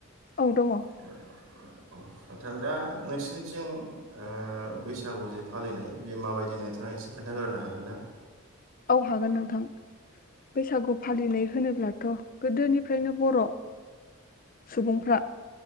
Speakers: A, on the left; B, on the right.
A: औ दङ
B: अ अ नोंथां दा नोंसिनि नोंसिनिथिं ओ बैसागु जि फालिनाय बेयो माबायदि नोंथाङा एसे खोन्थाग्रोनो हागोन ना?
A: औ हागोन नोंथां। बैसागु फालिनाय होनोब्लाथ' गोदोनिफ्रायनो बर' सुबुंफ्रा